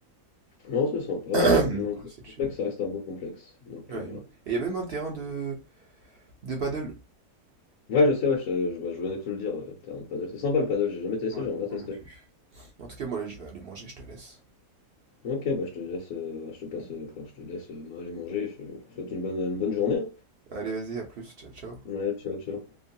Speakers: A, on the left (about 60°); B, on the right (about 55°).
A: Non, c'est sympa,
B: <clears throat> Donc
A: ouais, j'avoue, le
B: ouais, c'est
A: complexe,
B: chill.
A: ça reste un beau complexe. Donc,
B: Ouais,
A: euh,
B: il est beau. Et il y a même un terrain de, de paddle.
A: ouais, je sais, ouais, je, te- je, bah, je venais de te le dire, ouais, le terrain de paddle. C'est sympa le paddle, j'ai jamais testé,
B: Ouais,
A: j'aimerais bien tester.
B: moi non plus. En tout cas, moi là, je vais aller manger, je te laisse.
A: Ok, bah, je te laisse, euh, je te passe, euh, quoi, je te laisse euh, aller manger, je te souhaite une bonne, une bonne journée.
B: Allez, vas-y, à plus, ciao, ciao.
A: Ouais, ciao, ciao.